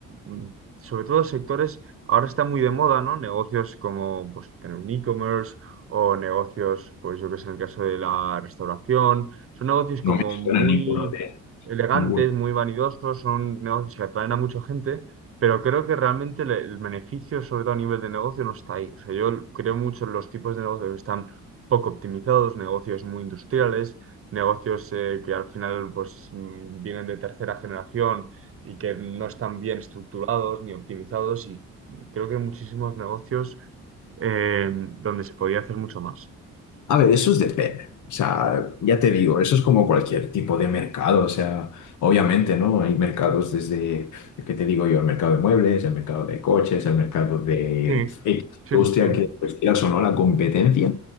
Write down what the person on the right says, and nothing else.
mm, sobre todo sectores, ahora está muy de moda, ¿no? Negocios como pues, tener un e-commerce o negocios, pues yo que sé, en el caso de la restauración, son negocios como
muy
elegantes,
muy vanidosos, son negocios que atraen a mucha gente, pero creo que realmente le- el beneficio, sobre todo a nivel de negocio, no está ahí. O sea, yo creo mucho en los tipos de negocios que están poco optimizados, negocios muy industriales, negocios eh, que al final pues mm, vienen de tercera generación y que no están bien estructurados ni optimizados y creo que muchísimos negocios eh, donde se podía hacer mucho más.
Sí,
sí,
sí,